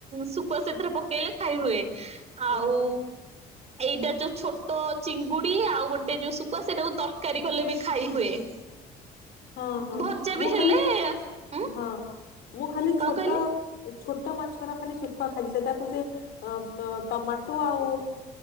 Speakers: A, on the right; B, on the left.
A: ଶୁକୁଆ ସେଥିରେ ପକେଇଲେ ଖାଇ ହୁଏ ଆଉ
B: ଅହ
A: ଏଇଟା ଯୋଉ ଛୋଟ ଚିଙ୍ଗୁଡି଼ ଆଉ ଗୋଟେ ଯୋଉ ଶୁଖୁ ସେଇଟାକୁ ତରକାରୀ କଲେ ବି ଖାଇ ହୁଏ। <inaudible>
B: ହଁ ହଁ
A: ଭଜା
B: ମୁଁ
A: ବି ହେଲେ
B: ଖାଲି
A: ଉଁ
B: ହଁ ମୁଁ ଖାଲି
A: କଣ
B: ଛୋଟ
A: କହିଲେ
B: ଛୋଟ ମାଛର ଖାଲି ଶୁଖୁଆ ଖାଇଲି ସେତାକୁ ସେ ଅ ଟମାଟୋ ଆଉ